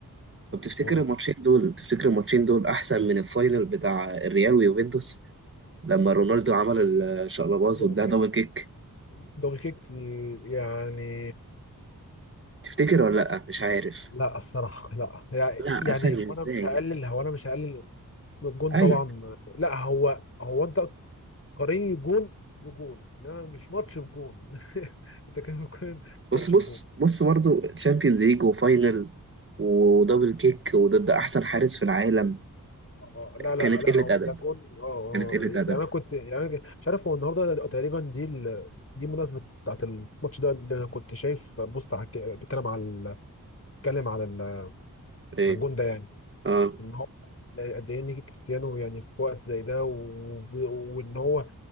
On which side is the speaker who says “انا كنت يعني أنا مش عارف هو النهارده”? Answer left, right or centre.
Left